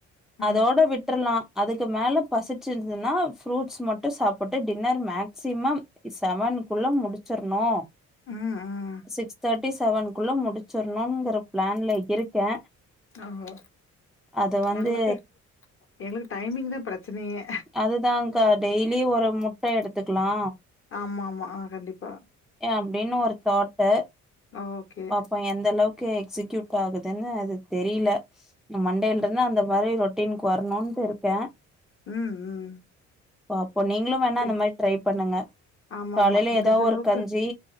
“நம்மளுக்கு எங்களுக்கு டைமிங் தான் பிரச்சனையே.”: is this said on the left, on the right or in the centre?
Left